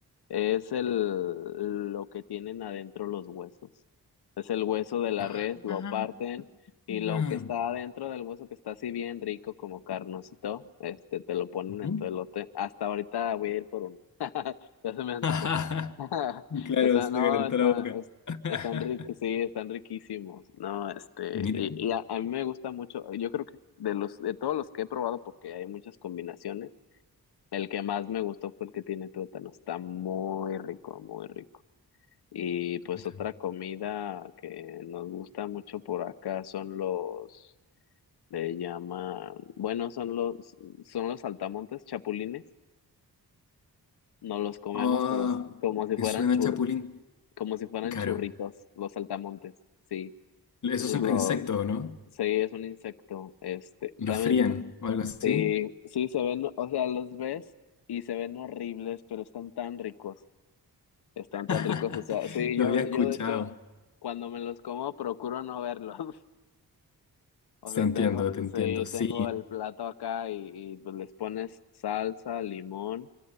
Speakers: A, on the left (about 80°); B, on the left (about 50°).
A: Es el, lo que tienen adentro los huesos. Es el hueso de la
B: Ah,
A: res, lo
B: ah,
A: parten y lo
B: ah.
A: que está adentro del hueso que está así bien rico como carnosito, este, te lo ponen
B: ujú.
A: en tu elote. Hasta ahorita voy a ir por uno. <laughs> Ya se me antojó.
B: <laughs>
A: <laughs>
B: Claro,
A: Está,
B: se
A: no,
B: te calentó
A: está,
B: la boca.
A: es-
B: <laughs>
A: están riquísimos, sí, están riquísimos. No, este,
B: Mira,
A: y, y a, a mí me gusta mucho. Yo creo que de los, de todos los que he probado, porque hay muchas combinaciones. El que más me gustó fue el que tiene tuétano. Está muy rico, muy rico. Y pues
B: tuétano.
A: otra comida que nos gusta mucho por acá son los, le llaman, bueno, son los, son los saltamontes chapulines. Nos los comemos
B: Ah,
A: como, s- como
B: me
A: si fueran
B: suena
A: chur,
B: chapulín.
A: como si fueran
B: Claro.
A: churritos, los saltamontes. Sí.
B: Esos
A: Entonces
B: son los
A: lo,
B: insectos, ¿no?
A: sí, es un insecto. Este,
B: Los
A: ¿saben?
B: frían o algo así.
A: Sí, sí, se ven, o sea, los ves y se ven horribles, pero están tan ricos. Están
B: <laughs>
A: tan ricos, o sea, sí,
B: Lo
A: yo,
B: había
A: de-
B: escuchado.
A: yo de hecho, cuando me los como, procuro no verlos. <laughs> O
B: Se
A: sea,
B: entiendo,
A: tengo,
B: te entiendo,
A: sí,
B: sí.
A: tengo el plato acá y, y, pues les pones salsa, limón